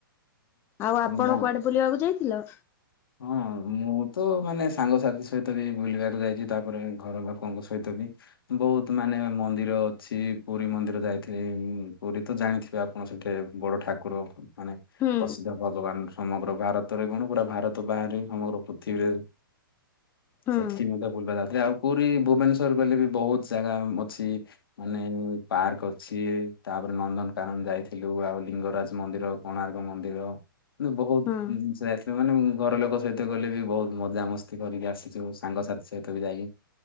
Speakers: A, on the left; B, on the left.
A: ଆଉ ଆପଣ
B: ତମ ଗାଁ
A: କୁଆଡେ ବୁଲିବାକୁ ଯାଇଥିଲ?
B: ହଁ ମୁଁ ତ ମାନେ ସାଙ୍ଗସାଥି ସହିତ ବି ବୁଲିବାକୁ ଯାଇଛି ତାପରେ ଘର ଲୋକଙ୍କ ସହିତ ବି ବହୁତ ମାନେ ମାନେ ମନ୍ଦିର ଅଛି ପୁରୀ ମନ୍ଦିର ଯାଇଥିଲି ପୁରୀ ତ ଜାଣିଥିବେ ଆପଣ ସେଠି ବଡ ଠାକୁର। ମାନେ
A: ହୁଁ
B: ପ୍ରସିଦ୍ଧ ଭଗବାନ ସମଗ୍ର ଭାରତରେ କଣ ପୁରା ଭାର ବାହାରେ ସମଗ୍ର ପୃଥିବୀରେ
A: ହୁଁ
B: ସେଠି ମଧ୍ୟ ବୁଲିବା ଯାଉଥିଲା ଆଉ ପୁରୀ ଭୁବନେଶ୍ଵର ଗଲେ ବି ବହୁତ ଜାଗା ମ ଅଛି ମାନେ ପାର୍କ ଅଛି ତା ନନ୍ଦନକାନନ ଯାଇଥିଲୁ ଆଉ ଲିଙ୍ଗରାଜ ମନ୍ଦିର କୋଣାର୍କ ମନ୍ଦିର। ବହୁତ
A: ହୁଁ
B: ଜିନିଷ ଯାଇଥିଲେ ମାନେ ଉଁ ଘର ଲୋକ ସହିତ ଗଲେ ବି ବହୁତ ମଜାମସ୍ତି କରିକି ଆସିଛୁ ସାଙ୍ଗସାଥି ସହିତ ବି ଯାଇକି